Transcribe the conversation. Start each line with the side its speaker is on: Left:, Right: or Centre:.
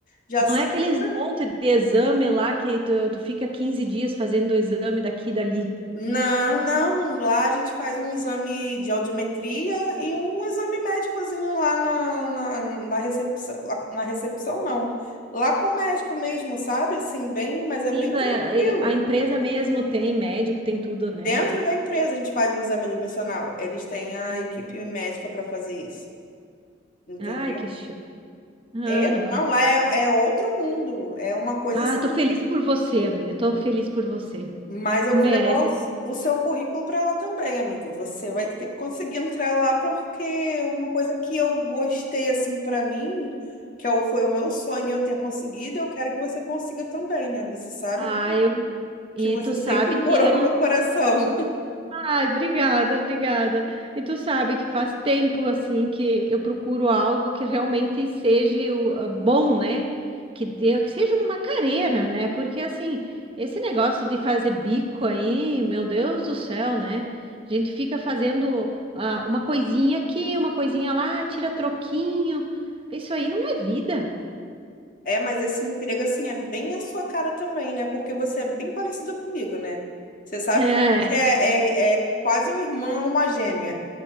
Left: Já
Right: Não
Left: a segunda.
Right: é aqueles monte de exame lá que tu, tu fica 15 dias fazendo o exame daqui e dali.
Left: Não, não. Lá a gente faz um exame de audiometria e um exame médicozinho lá na, na, na recepção. lá- Na recepção, não. Lá com o médico mesmo, sabe? Assim, bem, mas é
Right: Sim,
Left: bem tranquilo.
Right: a, ele- a empresa mesmo tem médico, tem tudo, né?
Left: Dentro da empresa a gente faz o exame admissional. Eles têm a
Right: Sim.
Left: equipe médica para fazer isso. Entendeu?
Right: Ai, que show. Aham.
Left: É, não, lá é, é outro mundo. É uma coisa
Right: Ah,
Left: assim.
Right: eu tô feliz por você, amiga. Tô feliz por você.
Left: Mas eu
Right: Tu merece.
Left: vou levar o, o seu currículo para lá também, amiga. Você vai ter que conseguir entrar lá, porque uma coisa que eu gostei, assim, para mim, que é o- foi o meu sonho eu ter conseguido, eu quero que você consiga também, né? Você sabe
Right: Ah,
Left: que,
Right: eu.
Left: que
Right: E
Left: você
Right: tu
Left: sempre
Right: sabe
Left: <laughs> morou
Right: que eu
Left: no meu coração. <laughs>
Right: Ai, obrigada, obrigada. E tu sabe que faz tempo assim que eu procuro algo que realmente seja o- ah, bom, né? Que dê, que seja uma carreira, né? Porque assim, esse negócio de fazer bico aí, meu Deus do céu, né? A gente fica fazendo ah, uma coisinha aqui, uma coisinha lá, tira troquinho. Isso aí não é vida,
Left: É, mas esse emprego, assim, é bem a sua cara também, né? Porque você é bem parecida comigo, né? Você sabe
Right: né?
Left: que você é, é, é quase uma irmã, uma gêmea.